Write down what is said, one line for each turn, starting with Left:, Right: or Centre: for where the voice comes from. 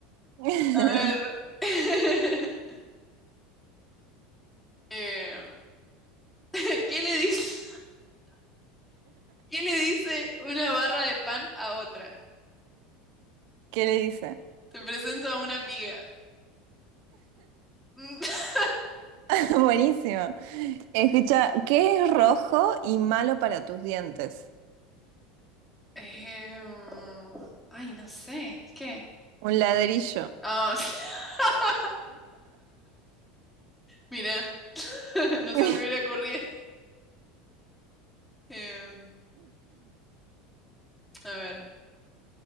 Right: <laughs>
Centre: A ver. <laughs> Eh, <laughs> ¿qué le dice, qué le dice una barra de pan a otra?
Right: ¿Qué le dice?
Centre: Te presento a una amiga. <laughs>
Right: <laughs> Buenísimo. Escucha, ¿qué es rojo y malo para tus dientes?
Centre: Eh, ay, no sé. ¿Qué?
Right: Un ladrillo.
Centre: Ah, <laughs> mira, <laughs> no se
Right: <laughs>
Centre: me hubiera ocurrido. Eh, a ver,